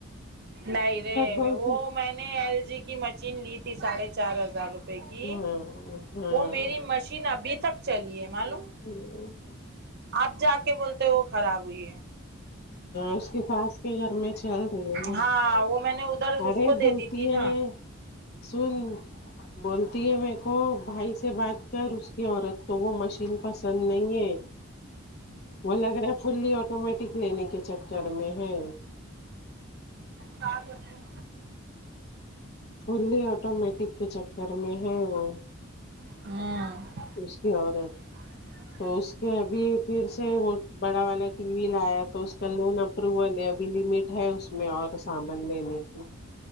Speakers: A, on the right; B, on the left.
A: نہیں رے
B: بولتی
A: وہ میں نے ایل جی کی مچ چین لی تھی ساڑھے چار ہزار روپئے کی
B: ہاں ہاں
A: وہ میری مشین ابھی تک چلی ہے معلوم
B: ہوں
A: آپ جا کے بولتے وہ خراب ہوئی ہے
B: اس کی ساس کے گھر میں چل رہی ہے نا
A: ہاں وہ میں نے ادھر اس
B: ارے
A: کو دے
B: بولتی
A: دی تھی
B: ہے
A: نا
B: سن بولتی ہے میر کو بھائی سے بات س اس کی عورت تو وہ مشین پسند نہیں ہے وہ لگ رہا ہے فلی آٹومیٹک لینے کے چککر میں ہے
A: سات بچے
B: فلی آٹومیٹک کے چکر میں ہے وہ
A: ہوں
B: اس کی عورت
A: ج
B: تو اس کے ابھی پھر سے وہ بڑا والا ٹی وی لایا تو اس کا لون اپروول ہے ابھی لمٹ ہے اس میں اور سامان لینے کی